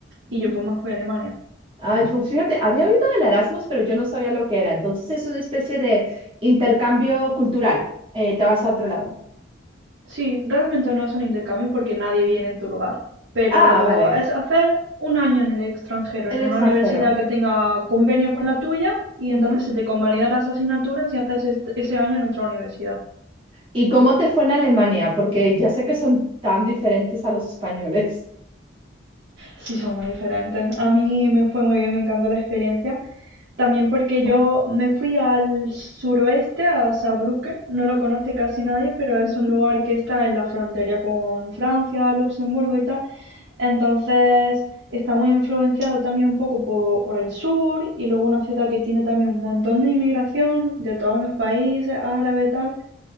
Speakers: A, on the right; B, on the right.
A: Y
B: Ujú.
A: yo pues me fui a Alemania.
B: Ay, pues fíjate, había oído del Erasmus, pero yo no sabía lo que era. Entonces es una especie de intercambio cultural. Eh, te vas a otro lado.
A: Sí, realmente no es un intercambio porque nadie viene en tu lugar, pero
B: Ah, vale.
A: es hacer un año en el extranjero,
B: El
A: en una
B: extranjero.
A: universidad que tenga convenio con la tuya y
B: Ujú.
A: entonces se te convalidan las asignaturas y haces est- ese año en otra universidad.
B: ¿Y cómo te fue en Alemania? Porque ya sé que son tan diferentes a los españoles.
A: Sí, son muy diferentes. A mí me fue muy bien, me encantó la experiencia. También porque yo me fui al suroeste, a Saarbrücken. No lo conoce casi nadie, pero es
B: Ujú.
A: un lugar que está en la frontera con Francia, Luxemburgo y tal. Entonces está muy influenciado también un poco po- por, el sur y luego una ciudad que tiene también un montón de inmigración de todos los países, árabe y tal.